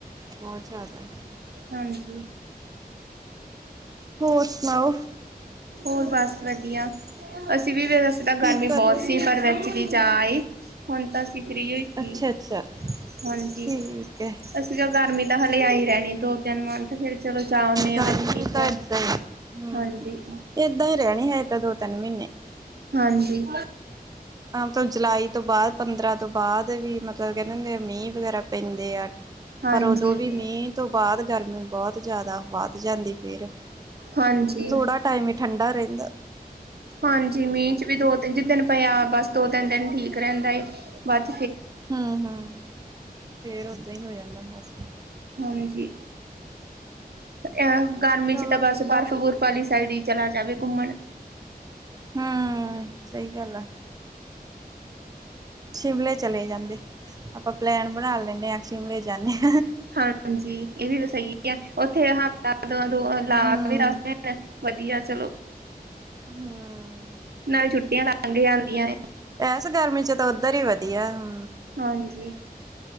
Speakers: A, on the right (about 25°); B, on the right (about 80°).
A: ਬਹੁਤ ਜ਼ਿਆਦਾ।
B: ਹਾਂਜੀ।
A: ਹੋਰ ਸੁਣਾਓ।
B: ਹੋਰ ਬਸ ਵਧੀਆ ਅਸੀਂ ਵੀ ਅਸੇ ਤਾਂ ਗਰਮੀ
A: ਕੀ ਕਰ
B: ਬਹੁਤ
A: ਰਹੇ
B: ਸੀ ਪਰ ਵਿੱਚ ਵੀ ਜਾ ਈ। ਹੁਣ ਤਾਂ ਅਸੀਂ ਫ੍ਰੀ ਹੋਈ ਸੀ
A: ਅੱਛਾ-ਅੱਛਾ
B: ਹਾਂਜੀ
A: ਠੀਕ ਹੈ
B: ਅਸੀਂ ਗਰਮੀ। ਤਾਂ ਹਾਲੇ ਆਈ ਰਹਿਣੀ ਦੋ ਤਿੰਨ ਮੰਥ ਫਿਰ ਚਲੋ ਜਾ ਆਉਦੇਂ
A: ਗਰਮੀ
B: ਇਕ
A: ਤਾਂ
B: ਵਾਰ
A: ਏਦਾਂ ਹੀ ਹੂੰ
B: ਹਾਂਜੀ।
A: ਏਦਾਂ ਹੀ ਰਹਿਣੀ ਹੈ ਤਾਂ ਦੋ ਤਿੰਨ ਮਹੀਨੇ।
B: ਹਾਂਜੀ
A: ਬ ਜੁਲਾਈ ਤੋਂ ਬਾਅਦ ਪੰਦਰਾਂ ਤੋਂ ਬਾਅਦ ਵੀ ਮਤਲਬ ਕਹਿੰਦੇ ਹੁੰਦੇ ਆ ਮੀਂਹ ਵਗੈਰਾ ਪੈਂਦੇ ਆ।
B: ਹਾਂਜੀ,
A: ਪਰ ਉਦੋਂ ਵੀ ਮੀਂਹ ਤੋਂ ਬਾਅਦ ਗਰਮੀ ਬਹੁਤ ਜ਼ਿਆਦਾ ਵੱਧ ਜਾਂਦੀ ਫਿਰ।
B: ਹਾਂਜੀ।
A: ਥੋੜਾ ਟਾਈਮ ਹੀ ਠੰਡਾ ਰਹਿੰਦਾ।
B: ਹਾਂਜੀ ਮੀਂਹ ਚ ਵੀ ਦੋ ਤਿੰਨ ਜਿਸ ਦਿਨ ਪਿਆ ਬਸ ਦੋ ਤਿੰਨ ਦਿਨ ਠੀਕ ਰਹਿੰਦਾ ਏ ਬਸ।
A: ਹਮ ਹਮ ਫੇਰ ਓਦਾਂ ਹੀ ਹੋ ਜਾਂਦਾ ਮੌਸਮ।
B: ਹਾਂਜੀ ਅ ਗਰਮੀ
A: ਚਲੋ
B: ਚ ਤਾਂ ਬਸ ਬਰਫ਼ ਬਰਫ ਵਾਲੀ ਸਾਈਡ ਹੀ ਚਲਾ ਜਾਵੇ ਘੁੰਮਣ।
A: ਹਮ ਸਹੀ ਗੱਲ ਆ। ਸ਼ਿਮਲੇ ਚਲੇ ਜਾਂਦੇ ਆਪਾਂ ਪਲੈਨ ਬਣਾ ਲੈਂਦੇੇ ਹਾਂ ਸ਼ਿਮਲੇ ਜਾਂਦੇ ਹਾਂ।
B: ਹਾਂਜੀ ਇਹ ਵੀ ਸਹੀ ਆ ਉੱਥੇ ਹਫ਼ਤਾ ਤੋਂ ਦ ਲਾ
A: ਹੂੰ
B: ਵੀ ਦਸ ਦਿਨ। ਵਧੀਆ ਚਲੋ।
A: ਹਾਂ।
B: ਨਾਲ ਛੁੱਟੀਆਂ ਲੰਘ ਜਾਂਦੀਆਂ ਨੇ।
A: ਬ ਗਰਮੀ ਚ ਤਾਂ ਉੱਧਰ ਹੀ ਵਧੀਆ ਹ।
B: ਹਾਂਜੀ।